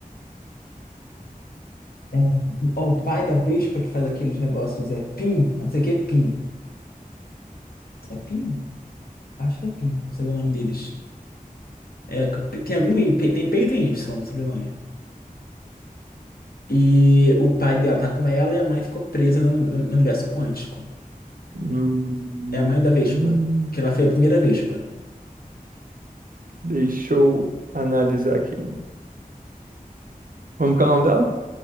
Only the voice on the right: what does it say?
Hum,
hum,
deixa eu analisar aqui. Como que é o nome dela?